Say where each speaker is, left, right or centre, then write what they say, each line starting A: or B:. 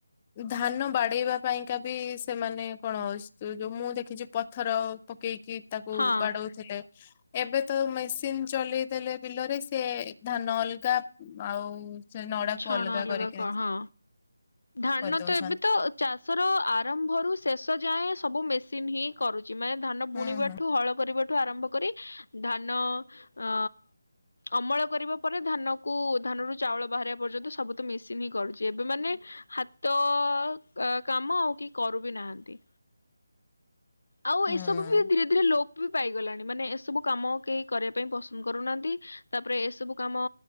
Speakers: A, on the left; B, on the left.
A: ଧାନ ବାଡେଇବା ପାଇଁକା ବି ସେମାନେ କଣ ସେ ତ ଯୋଉ ମୁଁ ଦେଖିଛି ପଥର ପକେଇକି ତାକୁ
B: ହଁ
A: ବାଡଉଥିଲେ। ଏବେ ତ ମେସିନ ଚଲେଇ ଦେଲେ ବିଲରେ ସେ ଧାନ ଅଲଗା ଆଉ ସେ ନଡାକୁ
B: ଛଣ ଅଲଗା
A: କରିକି
B: କ ହଁ। ଧାନ
A: କରିଦଉଛନ୍ତି।
B: ତ ଏବେ ତ ଚାଷର ଆରମ୍ଭରୁ ଶେଷ ଯାଏଁ ସବୁ ମେସ ସିନ ହିଁ କରୁଛି ମାନେ ଧାନ
A: ହୁଁ
B: ବୁଣିବାଠୁ
A: ହୁଁ
B: ହଳ କରିବା ଠୁ ଆରମ୍ଭ କରି ଧାନ ଅ ଅମଳ କରିବା ପରେ ଧାନକୁ ଧାନରୁ ଚାଉଳ ବାହାରିବା ପର୍ଯ୍ୟନ୍ତ ସବୁ ତ ମେସିନ୍ ହିଁ କରୁଛି ଏବେ ମାନେ ହାତ ଅ ଅ କାମ ଆଉ କି କରୁ ବି ନାହାନ୍ତି। ଆଉ
A: ହୁଁ
B: ଏସବୁ ବି ଧୀରେ ଧୀରେ ଲୋପ ବି ପାଇଗଲାଣି ମାନେ ଏସବୁ କାମ କେହି କରିବା ପାଇଁ ପସନ୍ଦ କରୁନାହାନ୍ତି ତାପରେ ଏସବୁ କାମ